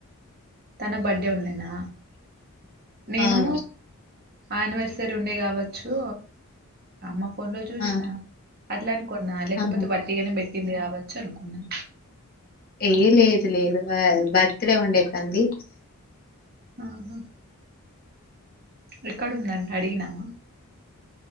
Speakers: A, on the right (about 45°); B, on the left (about 40°).
A: తన బర్త్డే ఉండేనా నేను
B: అవును.
A: ఆనివర్స్ తిర్ ఉండే కావచ్చు అమ్మ ఫోన్ లో చూసిన
B: ఆ!
A: అట్లా కున్నా లేకపోతే
B: ఆహా!
A: వట్టిగానే పెట్టింది కావచ్చు అనుకున్నా
B: ఏ లేదు లేదు ఆ బర్త్డే ఉండే తనది
A: ఆహా ఎక్కడుందట అడిగినవా